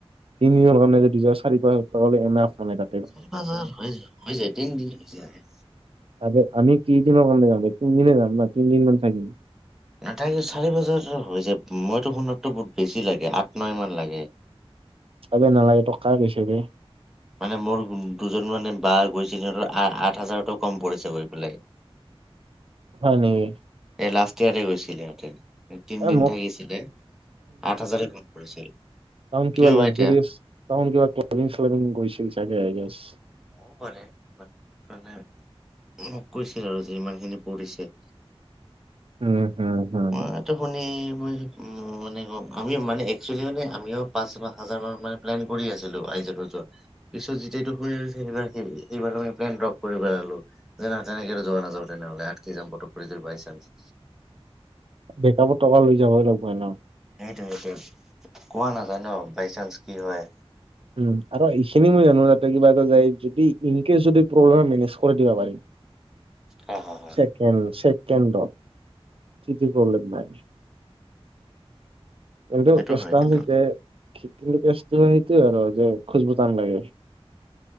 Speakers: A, on the right; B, in the centre.
A: তিনিওৰ কাৰণে যদি যোৱা চাৰি পাচ হাজাৰ টাকা হলে এনাফ মানে তা
B: চাৰি পাচ হাজাৰ হৈ যায় - হৈ যায় তিনিদিন হৈ যায়।
A: আৰে আমি কেইদিনৰ কাৰণে যাম তিনিদিনে যাম ন তিনদিন মান থাকিম।
B: নথাকো চাৰি বজাৰ হৈছে মইতো শুনাতো বহুত বেছি লাগে আঠ নয় মান লাগে।
A: আবে নালাগে তক কাই কৈছে বে।
B: মানে মোৰ দুজন মানে বা গৈছে সিহতৰ আঠ - আঠ হাজাৰতো কম পৰিছে গৈ পেলাই।
A: হয় নেকি?
B: এই লাষ্ট ইয়াৰে গৈছিলে সেহতেন তিনদিন
A: এ মোক
B: থাকিছিলে আঠ হাজাৰে কম পৰিছিল।
A: তাহন কিবা
B: কিয়
A: লগজাৰীয়েছ
B: বা এতিয়া
A: তাহন কিবা ক্লাভিং শ্লাভিং গৈছিল চাগে আই গেছ ।
B: হবও পাৰে হয়নে। মোক কৈছিল আৰু যে ইমান খিনি পৰিছে।
A: উম, হম - হম।
B: মইতো শুনি মই সেইটো মানে আমিও মানে এক্সুলি মানে আমিও পাচ হাজাৰৰ মানে প্লেন কৰি আছিলো আইজলত যোৱা কাৰণে। পিছত যেতিয়া এইটো হৈ আছে বাৰ এইবাৰ আমি প্লেন ড্ৰপ কৰি পেলালো যেনে তেনেকে যোৱা নাযাও তেনেহলে আকি যাম পটক যাম। বাই চানস
A: বেকআপত টকা লৈ যাবই লাগব ন।
B: সেইটো - সেইটো কোৱা নাযায় ন বাইচান্স কি হয়।
A: উম, আৰু এইখিনি মই জানো তাতে কিবা এটা যায় যদি ইনকেচ যদি প্ৰব্লেম হয় মেনেজ কৰি দিব পাৰিম।
B: হা হা হা
A: ছেকেণ্ড। কেণ্ডত টিটিত প্ৰব্লেম নাই। কিন্তু
B: সেইটো
A: কেষ্টা
B: হয় কিন্তু।
A: যে কিন্তু কেষ্ট সে আৰু যে খোজব তান লাগে